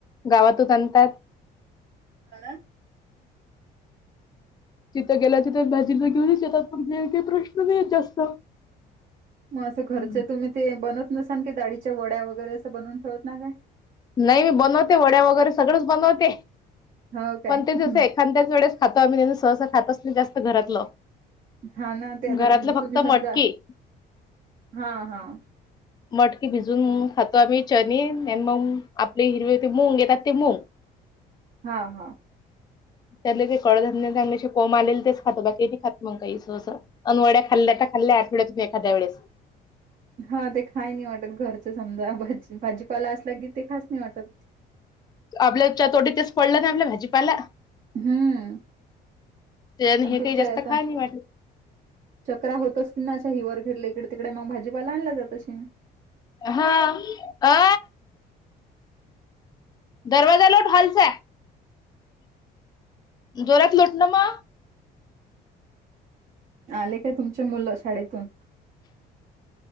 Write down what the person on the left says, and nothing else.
गावातच आणतात
तिथं गेला तिथं भाजीथ घेऊनच येतात पण हे काही प्रश्न नाही जास्त
हम्म.
नाई मी बनवते वड्या वगैरे सगळंच बनवते
पण ते जसं
एखाद्याच वेळेस खातो आम्ही त्यां सहसा खातोच नाही जास्त घरातलं
घरातलं फक्त
मटके
मटकीे भिजून खातो आम्ही चनी आणि मग आपले हिरवी ते मूंग घेतात ते मूग
त्यातल जे कडधान्य चांगले असे कोम आलेल, तेच खात बाकी नाही खात मग काही सस अन वड्या खा खाल्ल्या त खाल्ल्या आठवड्या तुन एखा्या वेळेस.
आपल्या चातोटीत तेच पडलं ना, आपल्या भाजीपायला.
त्याच्याने
हे
काही जास्त
खाय नाही वाटलं
हा, अ, दरवाजा लोट हालचा, जोरात लोट ना म.